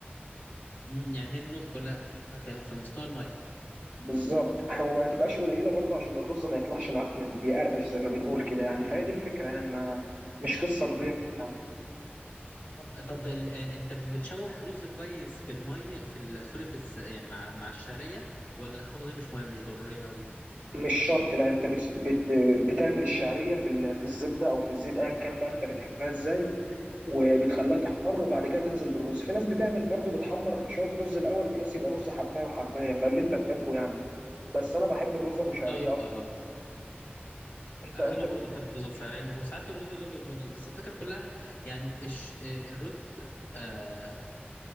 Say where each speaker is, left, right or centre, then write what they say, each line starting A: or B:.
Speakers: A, on the left; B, on the right.
A: امم يعني هي دي النقطه كلها في في مستوى الميه
B: بالظبط وما تبقاش قليله برضه عشان الرز ما يطلعش معاك من بيقرقش زي ما بنقول كده يعني فهي دي الفكره يعني ما مش قصه
A: امم
B: كبيره يعني.
A: طب طب ال... آه، انت بتشوح الرز كويس في الميه في ال... سوري في الس... يعني مع مع الشعريه ولا الخطوه دي مش مهمه مش ضروريه قوي
B: مش شرط لا انت بت بت بتعمل الشعريه في ال- في الزبده او في الزيت ايا كان بقى انت بتحبها ازاي وبتخليها
A: امم
B: تحمر وبعد كده تنزل بالرز في ناس بتعمل برضه بتحمر شويه رز الاول بحيث يبقى رز حبايه وحبايه فاللي انت تحبه يعني بس انا بحب الرز ابو شعريه
A: اه
B: اكتر
A: اه
B: انت
A: انا
B: انت
A: برضو بحب الرز بشعريه وساعات الرز الابيض برضو بس الفكره كلها يعني الش... آه، الرز آه،